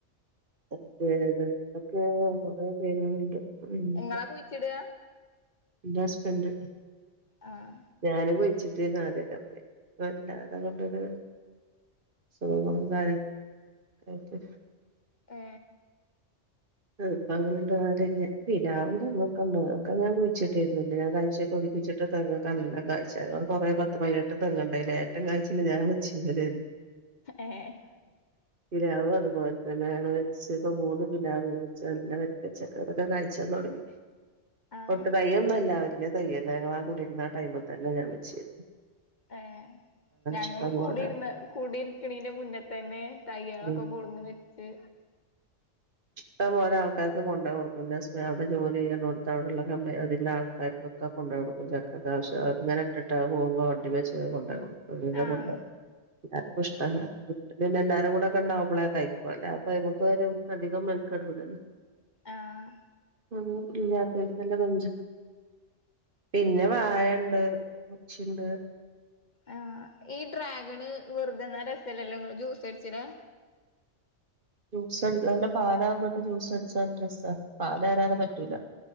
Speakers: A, on the right; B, on the left.
A: അത് ഇതൊക്കെ കൊറേ പേരുകളുണ്ട് പിന്നെ
B: നിങ്ങളാ കുഴിച്ചിടുക
A: എന്റെ ഹസ്ബന്റ്
B: ആഹ്
A: ഞാന് പോയി ച്ചിട്ട് ഇന്നാദ്യായിട്ടാ പോയെ അല്ലാതെ കൊണ്ടൊരു സുഖങ്ങളും കാര്യ കയറ്റ്
B: ഏ
A: പ്പം അങ്ങനെ ഉണ്ടാവല് തന്നെ പ്ലിലാവ് തേങ്ങോക്കെണ്ട് അതൊക്കെ ഞാൻ കുഴിച്ചിട്ടിരുന്നുണ്ട് ഞാൻ കഴിച്ച ഴിച്ചിട്ട് തെങ്ങ് ഒക്കെ നല്ല കായ്ച്ചാരുന്നു അത് കൊറേ പത്ത് പതിനെട്ട് തെങ്ങുണ്ടയില് ഏറ്റം കായ്ച്ചല് ഞാൻ വെച്ചതന്നായിരുന്നു
B: ഏഹ്
A: പിലാവും അതുപോലെ തന്നെയാണ് വെച്ചപ്പോ മൂന്ന് പിലാവ വെച്ചയെല്ലാം വരിക്ക ചക്ക അതൊക്കെ കായ്ച്ചാ തൊടങ്ങി
B: ആഹ്
A: പൊട്ടു തയ്യൊന്നും അല്ല വല്യയ തയ്യ് തന്നെ ഇങ്ങളാം കുടിരുന്ന ആ ടൈമിൽ തന്നെ ഞാൻ വെച്ചത്
B: ആ ഞങ്ങൾ
A: ഇഷ്ടം
B: കൂടിരുന്ന
A: പോലെ
B: കൂടിയിരുക്കണീന്റെ മുന്നേ തന്നെ തയ്യോളൊക്കെ
A: ഉം
B: കൊണ്ടന്നു വെച്ച്
A: ഇഷ്ടം പോലെ ആൾക്കാർക്ക് കൊണ്ടോയി കൊടുക്കും ന്റെ ഹസ്ബൻഡ് അവിടെ ജോലി ചെയ്യുന്നടുത്ത് അവടൊള്ള കമ്പനി അതിലെ ആൾക്കാർക്ക് ഒക്കെ കൊണ്ടോയി കൊ ടുക്കും ചക്കക്ക് ആവശ്യം അങ്ങനെ ഇട്ടിട്ട് പോകുമ്പോ വണ്ടി വെച്ച് കൊണ്ടോയി കൊടുക്കും
B: ആഹ്
A: <unintelligible> ഷ്ടാണ് പിന്നെ എല്ലാരും കൂടെ ഒക്കെ ഒണ്ടാവുമ്പളേ കഴിക്കു അല്ല അപ്പൊ നമുക്ക് ഒരു അധികം മെനക്കെടൂലല്ലോ
B: ആഹ്
A: <unintelligible> പിന്നെ വാഴണ്ട് <unintelligible> ച്ചിണ്ട്
B: ആഹ് ഈ ഡ്രാഗണ് വെറുതെ തിന്നാ രസല്ലില്ലേ ങ്ങൾ ജ്യൂസ് അടിച്ചിലാ
A: ജ്യൂസ് നല്ല പാലാർന്നിട്ട് ജ്യൂസ് അടിച്ചാ നല്ല രസാ പാലാരാതെ പറ്റൂല